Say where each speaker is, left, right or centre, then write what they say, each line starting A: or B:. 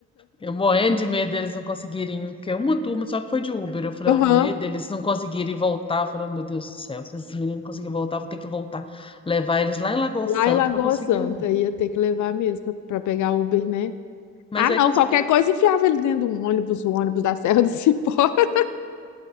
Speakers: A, on the left; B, on the left.
A: Eu morrendo de medo deles não conseguirem, porque uma turma só que foi de Uber. Eu falei,
B: Aham.
A: o medo deles não conseguirem voltar. Eu falei, "Oh, meu Deus do céu, se esses meninos não conseguirem voltar, eu vou ter que voltar. Levar eles lá em Lagoa
B: Lá
A: Santa
B: em Lagoa
A: pra conseguir
B: Santa,
A: um.
B: ia ter que levar mesmo para pegar Uber, né?
A: Mas
B: Ah,
A: aí
B: não,
A: conseguiu,
B: qualquer coisa enfiava ele dentro de um ônibus, o ônibus da Serra do Cipó. <laughs>